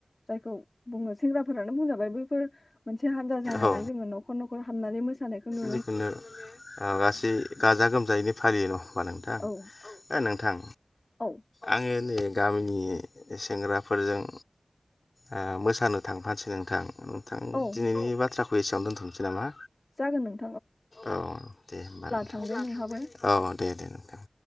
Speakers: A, on the left; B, on the left.
A: जायखौ बुङो सेंग्राफोरानो बुंजाबाय बैफोर मोनसे हान्जा जानानै
B: औ
A: जोङो नखर नखर हाबनानै मोसानायखौ नु
B: जिखुनु औ गासै गाजा गोमजायैनो फालियो न' होनबा नोंथां
A: औ
B: औ ओ नोंथां
A: औ
B: आङो नै गामिनि सेंग्राफोरजों ओ मोसानो थांफानोसै नोंथां। नोंथां
A: औ
B: दिनैनि बाथ्राखौ एसावनो दोनथसै नामा?
A: जागोन नों
B: औ दे होमबा
A: थांदो नोंहाबो
B: औ दे दे नोंथां।